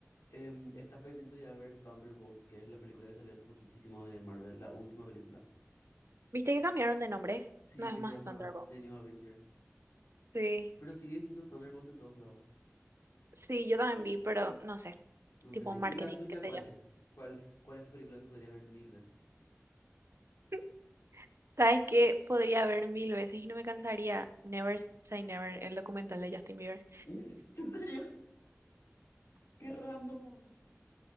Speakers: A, on the left; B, on the right.
A: Em, ¿estás pendiente de ya de ver Thunderbolts, que es la película que salió hace poquitísimo de Marvel, la última película?
B: ¿Viste que cambiaron de nombre?
A: Sí,
B: No es
A: que
B: más
A: se llama
B: Thunderbolt.
A: The New Avengers.
B: Sí,
A: Pero sigue siendo Thunderbolts en todos lados.
B: sí, yo también vi, pero no sé,
A: No entendí.
B: tipo marketing,
A: ¿Y la tuya
B: qué sé
A: cuál es? ¿Cuál, cuál es tu película que podrías ver mil veces?
B: yo. <laughs> ¿Sabes qué? Podría ver mil veces y no me cansaría Never
A: Mm.
B: Say Never, el documental de Justin Bieber.
A: <laughs> ¿En serio? ¡Qué random!